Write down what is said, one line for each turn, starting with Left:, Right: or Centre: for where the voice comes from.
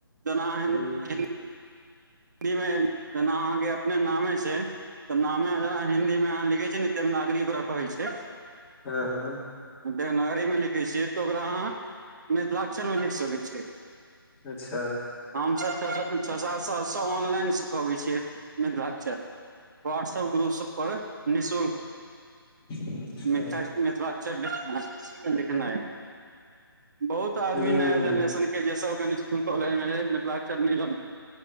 Right: जेना अंहा
Left: ह
Right: हिन्दी हिमे जेना अहाँके अपने नामे छै तऽ नामे जेना हिन्दीमे अहाँ लिखै छीय ने दे वनागरि ओकरा कहै छै।
Left: हँ हँ।
Right: देवनागरीमे लिखै छियै तऽ ओकरा अहाँ मिथिलाक्षरमे लिख सकैत छियै।
Left: अच्छा।
Right: हमसभ छ छ सात सालसँ ऑनलाइन सिखबै छियै मिथिलाक्षर। व्हाट्सएप ग्रुप सब पर निःशुल्क
Left: अच्छा
Right: मिथिला मिथिलाक्षर लि लिखना है। बहुत आदमी
Left: ह
Right: नया जेनरेशनके जेसब स्कुल कॉलेजमे रह मिथिलाक्चल